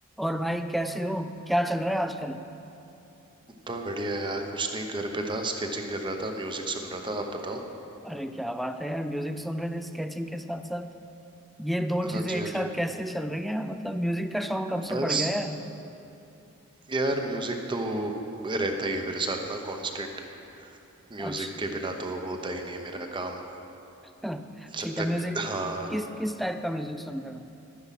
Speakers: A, in the centre; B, on the right.
A: और भाई कैसे हो क्या चल रहा है आजकल
B: बढ़िया यार कुछ नहीं घर पे था स्केचिंग कर रहा था म्यूजिक सुन रहा था आप बताओ
A: अरे क्या बात है यार म्यूजिक सुन रहे थे स्केचिंग के साथ साथ ये दो चीजें
B: हाँ जी
A: एक
B: हाँ
A: साथ
B: जी
A: कैसे चल रही हैं मतलब म्यूजिक का शौक कब से
B: बस
A: पड़ गया यार
B: यार म्यूजिक तो रहता ही है मेरे साथ ना कांस्टेंट म्यूजिक
A: अच्छा
B: के बिना तो होता ही नहीं है मेरा काम
A: <laughs>
B: जब
A: ठीक है
B: तक
A: म्यूजिक
B: हाँ
A: किस किस टाइप का म्यूजिक सुन रहे हो